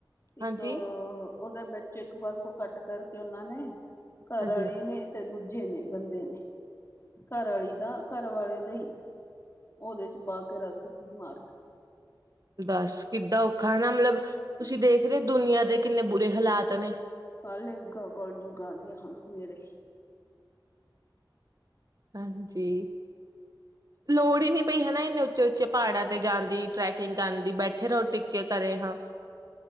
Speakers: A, on the left; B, on the right.
A: ਇੱਕ
B: ਹਾਂਜੀ
A: ਉਹਦੇ ਵਿੱਚ ਇੱਕ ਪਾਸੋਂ ਕੱਟ ਕਰਕੇ, ਉਹਨਾਂ ਨੇ ਘਰ
B: ਹਾਂਜੀ
A: ਵਾਲੀ ਨੇ ਤੇ ਦੂਜੇ ਨੇ ਬੰਦੇ ਨੇ, ਘਰਵਾਲੀ ਦਾ ਘਰ ਵਾਲੇ ਦਾ ਹੀ ਉਹਦੇ ਚ' ਪਾ ਕੇ ਰੱਖਤੀ ਮਾਰ ਕੇ,
B: ਦੱਸ ਕਿੱਦਾਂ ਔਖਾ ਹੈ ਨਾ, ਮਤਲਬ ਤੁਸੀਂ ਦੇਖ ਰਹੇ ਦੁਨੀਆਂ ਦੇ ਕਿੰਨੇ ਬੁਰੇ ਹਾਲਾਤ ਨੇ
A: ਕੱਲਗਾ ਕਲਜੁਗ ਆ ਗਿਆ, ਹੁਣ ਨੇੜੇ
B: ਹਾਂਜੀ। ਲੋੜ ਹੀ ਨਹੀਂੀ ਪਈ ਹਨਾ, ਇੰਨੇ ਉੱਚੇ ਉੱਚੇ ਪਹਾੜਾਂ ਤੇ ਜਾਂਣ ਦੀ, ਟਰੈਕਿੰਗ ਕਰਨ ਦੀ, ਬੈਠੇ ਰਹੋ ਟਿੱਕੇ ਕੇ ਕਰੇ, ਹਾਂ ਹ